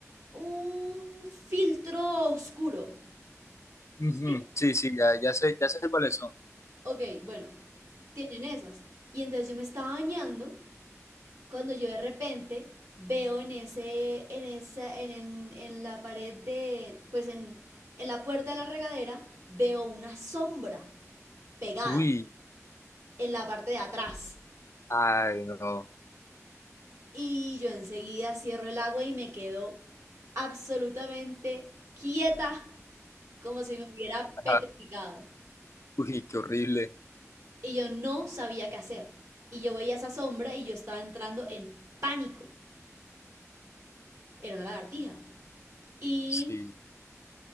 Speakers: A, on the right; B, on the left.
A: un filtro oscuro.
B: Ujú,
A: ¿Sí?
B: Sí, sí, ya, ya sé, ya sé cuáles son.
A: Ok, bueno, tienen esas. Y entonces yo me estaba bañando cuando yo de repente veo en ese, en esa, en, en- en la pared de, pues en, en la puerta de la regadera, veo una sombra pegada
B: Uy,
A: en la parte de atrás.
B: ay, no.
A: Y yo enseguida cierro el agua y me quedo absolutamente quieta como si me hubiera
B: Ajá.
A: petrificado.
B: Uy, qué horrible.
A: Y yo no sabía qué hacer. Y yo veía esa sombra y yo estaba entrando en pánico. Era una lagartija. Y
B: Sí,